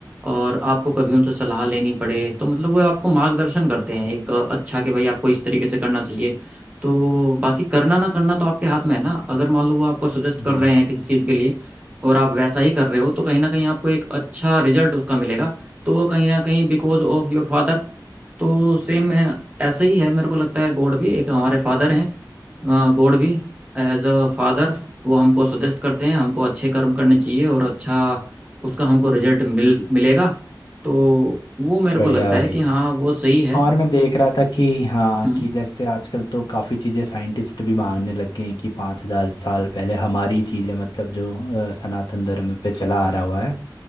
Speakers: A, on the right (about 20°); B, on the left (about 65°).
A: और आपको कभी उनसे सलाह लेनी पड़े तो मतलब वो आपको मार्गदर्शन करते हैं एक अच्छा कि भाई आपको इस तरीके से करना चाहिए तो बाकी करना ना करना तो आपके हाथ में है ना अगर मान लो वो आपको सजेस्ट कर
B: जी
A: रहे हैं किसी चीज़ के लिए और आप वैसा ही कर रहे हो तो कहीं ना कहीं आपको एक अच्छा रिजल्ट उसका मिलेगा तो वो कहीं ना कहीं बिकॉज ऑफ योर फादर तो सेम ऐसा ही है मेरे को लगता है गॉड भी एक हमारे फादर हैं गॉड भी एज अ फादर वो हमको सजेस्ट करते हैं हमको अच्छे कर्म करने चाहिए और अच्छा उसका हमको रिजल्ट मिल मिलेगा तो वो मेरे
B: बढ़िया
A: को लगता
B: भाई
A: है कि हाँ वो सही है
B: और मैं देख रहा था कि हाँ
A: हम्म
B: कि जैसे आजकल तो काफ़ी चीज़ें साइंटिस्ट भी मांगने लग गए हैं कि पाँच हज़ार साल पहले हमारी चीज़ें मतलब जो अ, सनातन धर्म पे चला आ रहा हुआ है